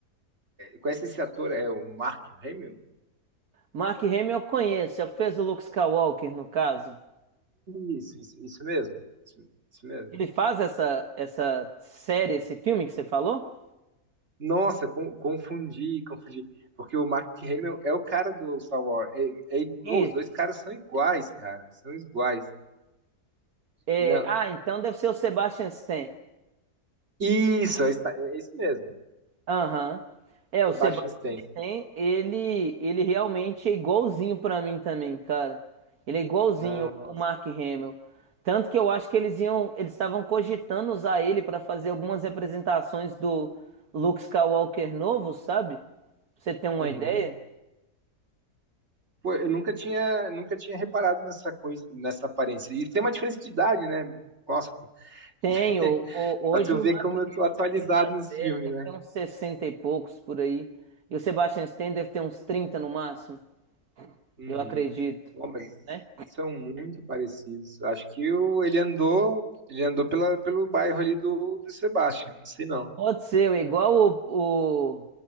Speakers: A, on the right; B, on the right.
A: conhece esse ator? É o Mark Hamill?
B: Mark Hamill eu conheço, Ele fez o Luke Skywalker, no caso.
A: Isso, isso, isso mesmo. Isso, isso mesmo.
B: Ele faz essa, essa série, esse filme que você falou?
A: Nossa, con- confundi, confundi. Porque o Mark Hamill é o cara do Star Wars. É, é i-
B: Isso.
A: Ô, os dois caras são iguais, cara. São iguais.
B: É,
A: Não.
B: ah, então deve ser o Sebastian Stan.
A: Isso, é, esta- é isso mesmo.
B: Aham. É, o
A: Sebastian
B: Sebastian
A: Stan.
B: Stan, ele, ele realmente é igualzinho pra mim também, cara. Ele é igualzinho
A: Nossa.
B: o Mark Hamill. Tanto que eu acho que eles iam, eles estavam cogitando usar ele pra fazer algumas representações do Luke Skywalker novo, sabe? Pra Você tem uma
A: Uhum.
B: ideia?
A: Pô, eu nunca tinha, nunca tinha reparado nessa coisa, nessa aparência. E tem uma diferença de idade, né? Nossa, pô.
B: Tenho.
A: <laughs>
B: O- Hoje
A: pra tu ver
B: o Mark
A: como
B: Hamill
A: eu tô atualizado
B: é bem mais
A: nos
B: velho,
A: filmes,
B: deve
A: né?
B: ter uns 60 e poucos por aí. E o Sebastian Stan deve ter uns 30 no máximo,
A: Uhum.
B: eu acredito,
A: Bom, mas
B: né?
A: são muito parecidos. Acho que o, ele andou, ele andou pela, pelo bairro ali do, do Sebastian, não sei não.
B: Pode ser, é igual o, o-